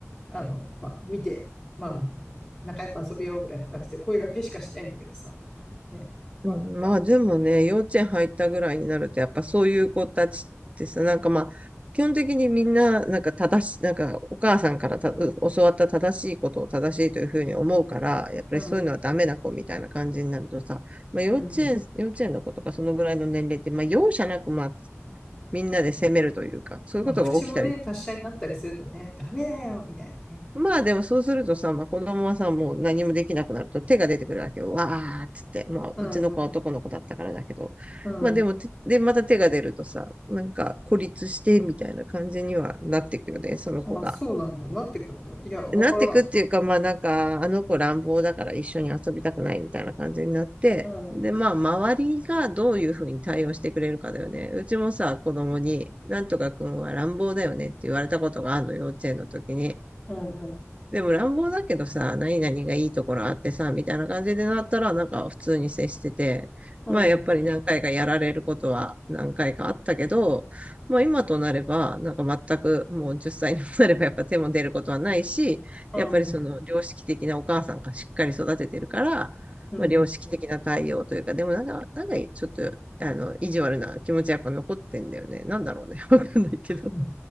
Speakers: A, on the left; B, on the right.
A: あの、まあ見て、まあ、仲良く遊びようぐらいな感じで声掛けしかしないんだけどさ、ね。まあなんか、
B: うん、まあでもね、幼稚園入ったぐらいになると、やっぱそういう子たちってさ、なんかまあ、基本的にみんな、なんか正し、なんかお母さんからたう教わった正しいことを正しいというふうに思うから、やっぱりそういうのはダメな子みたいな感じになるとさ、
A: うん、
B: まあ幼稚園、
A: うん。
B: 幼稚園の子とかそのぐらいの年齢って、まあ容赦なくまあみんなで責めるというか、そういうことが起きたり
A: まあ口もね、達者になったりするとね、ダメだよ、みたいなね。
B: まあでもそうするとさ、まあ子供はさ、もう何もできなくなると手が出てくるわけよ。わーっつって。まあうちの子は男の子だったからだけど。
A: うん、うん、うん。
B: まあでもて、で、また手が出るとさ、なんか孤立してみたいな感じにはなっていくよね、その子が。
A: あ、そうなんだ、なってくんだ。いや、わからん。
B: なっていくっていうか、まあなんか、あの子乱暴だから一緒に遊びたくないみたいな感じになって。
A: うん、
B: で、
A: うん、
B: まあ周りがどういうふうに対応してくれるかだよね。うちもさ、子供に、なんとかくんは乱暴だよねって言われたことがあるの、幼稚園の時に。
A: うん、
B: でも乱暴だけどさ、何々がいいところあってさ、みたいな感じでなったら、なんか普通に接してて、
A: う
B: まあやっぱり何回かやられることは何回かあったけど、まあ今となれば、なんか全くもう10歳にもなればやっぱ手も出ることはないし、
A: ん、
B: やっぱりその良識的なお母さんがしっかり育ててるから、
A: うん、
B: まあ良識的な対応というか、でもなんか、なんかちょっと、あの、意地悪な気持ちはやっぱ残ってんだよね。なんだろうね。<laughs> わかんないけど。
A: うん。